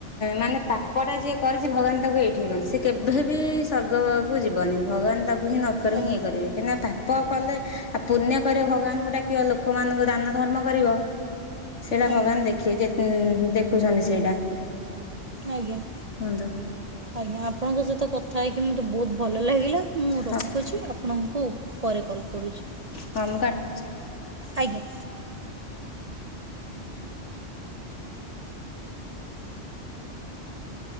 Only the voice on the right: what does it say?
ଆଜ୍ଞା
ଆଜ୍ଞା
ଆଜ୍ଞା।
ଆଜ୍ଞା ଆପଣଙ୍କ ସହିତ କଥା ହେଇକି ମତେ ବହୁତ ଭଲ ଲାଗିଲା। ମୁଁ
ରଖୁଛି ଆପଣଙ୍କୁ ପରେ କଲ୍ କରୁଛି।
ଆଜ୍ଞା।